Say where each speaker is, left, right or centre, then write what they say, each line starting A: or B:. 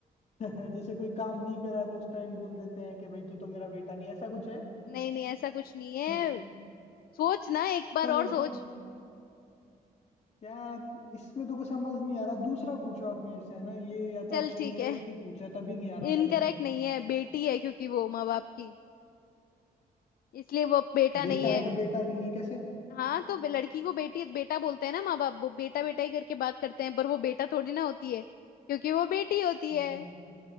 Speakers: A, on the left (about 45°); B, on the left (about 75°).
A: <laughs> जैसे कोई काम नहीं करा तो उस टाइम बोल देते हैं कि भाई तू तो मेरा बेटा नहीं है, ऐसा कुछ है
B: नहीं नहीं ऐसा कुछ नहीं है
A: मतलब
B: सोच ना एक बार
A: चलो
B: और
A: ये-
B: सोच
A: यार इसमें तो कुछ समझ नहीं आ रहा दूसरा पूछो आप मेरे से है ना ये या
B: चल
A: तो आपने
B: ठीक
A: इनकरेक्ट
B: है
A: ही पूछा तभी नहीं आ रहा
B: इनकरेक्ट
A: मेरे को
B: नहीं है बेटी है क्योंकि वो माँ बाप की इसलिए वो बेटा नहीं
A: बेटा
B: है
A: है पर बेटा भी नहीं है, कैसे
B: हाँ तो बे- लड़की को बेटी बेटा बोलते हैं ना माँ बाप वो बेटा बेटा ही करके बात करते हैं पर वो बेटा थोड़ी ना होती है क्योंकि वो बेटी होती
A: हम्म,
B: है